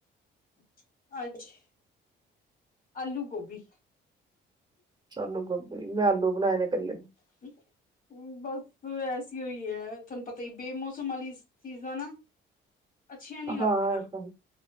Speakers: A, on the left; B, on the right.
A: <unintelligible> ਆਲੂ ਗੋਭੀ।
B: ਆਲੂ ਗੋਭੀ ਮੈਂ ਆਲੂ ਬਣਾਏ ਨੇ ਇਕੱਲੇ।
A: <inaudible> ਹੁੰ ਬਸ ਐਸ ਉ ਹੀ ਹੈ ਤੁਹਾਨੂੰ ਪਤਾ ਹੀ ਬੇਮੋਸਮ ਵਾਲੀ ਚੀਜਾਂ ਨਾ ਅੱਛੀਆਂ ਨੀ ਲੱਗਦੀਆਂ।
B: ਹਾਂ ਇਹ ਤਾਂ